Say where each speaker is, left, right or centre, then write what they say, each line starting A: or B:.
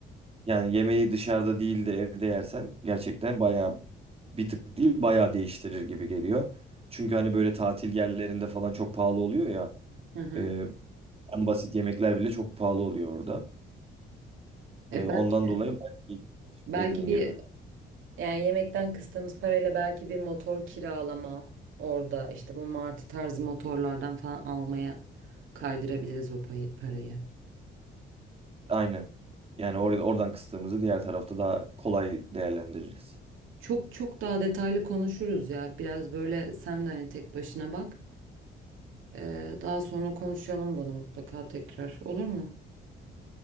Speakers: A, on the right; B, on the right.
A: Yani yemeği dışarıda değil de evde yersen gerçekten bayağı bir tık değil bayağı değiştirir gibi geliyor. Çünkü hani böyle tatil yerlerinde falan çok pahalı oluyor ya.
B: Hı hı.
A: E, en basit yemekler bile çok pahalı oluyor orada.
B: E,
A: E, ondan
B: bel-
A: dolayı ben-
B: belki
A: dediğin
B: bir
A: gibi.
B: yani yemekten kıstığımız parayla belki bir motor kiralama orada işte bu martı tarzı motorlardan falan almaya kaydırabiliriz o payı- parayı.
A: Aynen. Yani or oradan kıstığımızı diğer tarafta daha kolay değerlendiririz.
B: Çok çok daha detaylı konuşuruz ya. Biraz böyle sen de hani tek başına bak. Ee, daha sonra konuşalım bunu mutlaka tekrar. Olur mu?